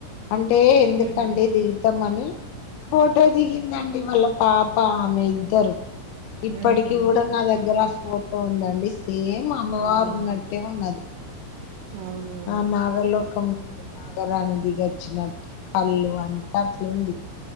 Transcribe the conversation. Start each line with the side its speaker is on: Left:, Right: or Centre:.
Left: అంటే ఎందుకండి
Right: ఊహూ
Left: దీవితంమని ఫోటో దిగిందండి మళ్ళ పాపా ఆ ఇద్దరు ఇప్పటికి
Right: ఊహూ
Left: కూడా నా దగ్గర ఫోటో ఉందండి సేం అమ్మవారు
Right: అవునా
Left: ఉన్నట్టే ఉన్నది
Right: అవునా
Left: ఆ నాగర్ లోకం నాగరాణి దిగచ్చినట్టు కళ్ళు అంత అట్లుంది